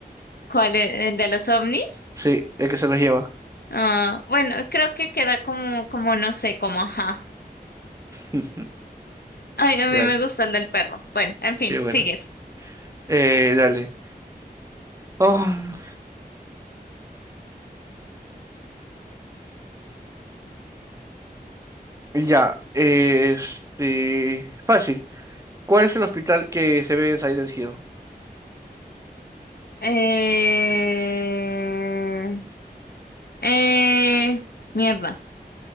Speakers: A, on the left; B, on the right.
A: ¿Cuál es el de los ovnis?
B: Sí, el que se los lleva.
A: Ah, bueno, creo que queda como, como no sé, como ajá.
B: <laughs>
A: Ay, a
B: Dale,
A: mí me gusta el del perro. Bueno, en fin,
B: qué bueno.
A: sigues.
B: Eh, dale. Oh. Ya, este. Fácil. ¿Cuál es el hospital que se ve en Silent Hill?
A: Eh, eh, mierda.